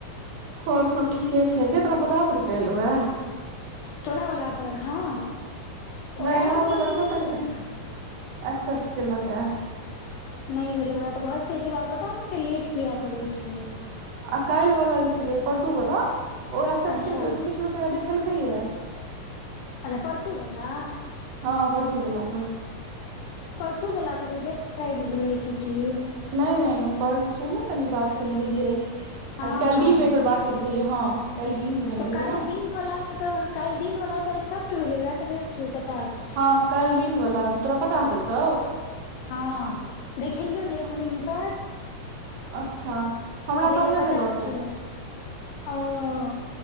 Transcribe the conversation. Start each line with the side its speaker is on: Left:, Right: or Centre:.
Right: ओर सब ठीके छै गे तोरा पचास रुपआ एलौहे
Left: तोरा वला पर हँ ओ आठ
Right: गे हमरा
Left: घो
Right: पर तऽ एखन तक नहि एक्सेप्ट केलक ए
Left: नहि भेल ओ तऽ भसे छै ब पता नहित लेट किया करै छै
Right: आ काइल वाला जे छले परसू वाल ओ एक्सेप्ट
Left: अच्छा
Right: केलै के ओहि पर किछु रुपआ देख खेलकहिए
Left: अच्छा परसू वला
Right: हँ परसू गोला पर
Left: परसू वला तऽ रिजेक्ट साइड भेलै की की
Right: नैय नैय परसु ने कनी बात केने रहिै अथि
Left: हँ
Right: काल्हि
Left: हँ
Right: दीन मे एकर बात केने रहहिय हँ काल्हि दिनमे केने
Left: तऽ
Right: रहियै
Left: काल्ह
Right: ने
Left: दिन वाला नहि तऽ काल्हि दिन वाला तऽ एक्सेप्ट भेलै वएह तऽ कहै छियौ पचास
Right: हँ काल दिनवला तोरा पचास देलको
Left: हँ देखेलियौ जे
Right: हम
Left: स्क्रीन शॉट
Right: अच्छा हमरा
Left: देगर
Right: कमे
Left: पचास
Right: देलक
Left: छलो
Right: ए
Left: ओ